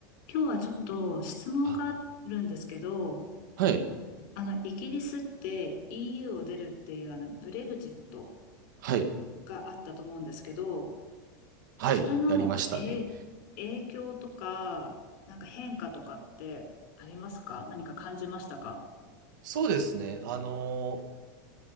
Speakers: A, on the left; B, on the right.
A: 今日はちょっと質問があるんですけど、
B: あ、はい、
A: あの、イギリスって EU を出るっていうあの、ブレグジット
B: はい、
A: があったと思うんですけど、
B: はい、
A: それの、
B: やりましたね。
A: え、影響とか、なんか変化とかってありますか何か感じましたか
B: そうですね。あの、